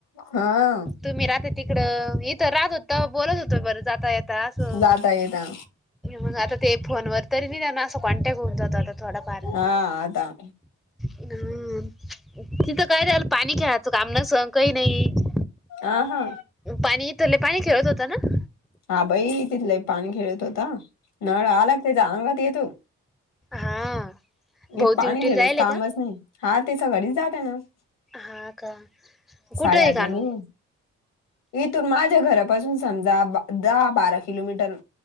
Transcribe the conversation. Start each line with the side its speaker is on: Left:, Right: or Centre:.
Left: हा
Centre: तुम्ही राहत्या तिकडं मी इथ राहत होती तवा बोलत होतो बरं जाता येता असं
Left: जाता येता
Centre: मग आता ते फोनवर तरी निदान असं कॉन्टॅक्ट होऊन जातो आता थोडा फार‌.
Left: हा आता
Centre: हम तिथं काय झालं पाणी खेळायचं काम नसन काई नई <unintelligible>
Left: अ हा.
Centre: पाणी इथं लई पाणी खेळत होता ना?
Left: हा बई तिथ लई पाणी खेळत होता नळ आला त्याच्या अंगात येतो
Centre: हा. भाऊ
Left: इथ पाणी
Centre: ड्युटीला
Left: खेळाच
Centre: जायले
Left: कामच
Centre: का
Left: नई हा ते सकाळीच जाता ना <unintelligible>
Centre: हा का? कुठं
Left: साडेआठ
Centre: आहे कानू
Left: ला निघून इथून माझ्या घरापासून समजा दहा बारा किलोमीटर